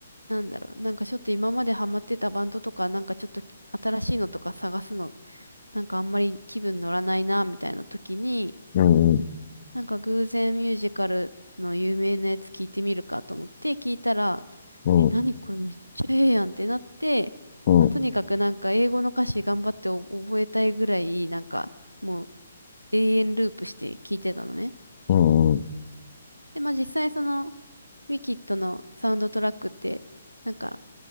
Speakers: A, on the right (about 85°); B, on the left (about 40°).
A: なんだろう、なんかちょっと今までハマってたバンドとか、なんかちょっと新しいのとか探すの、なんかあんまり気分乗らないな、みたいな時に、
B: うん、うん、
A: なんか偶然ミュージカルの有名なやつ聞いてみるかと思って聞いたら、
B: うん、
A: え、何これめっちゃええやんってなって、
B: うん、
A: まあ、とにかくなんか英語の歌詞頑張ってお覚えたいぐらい、なんかもう永遠ループして聞いてたのね。
B: うん、うん、
A: で、まあ実際そのウィキッドのサウンドトラックって、なんか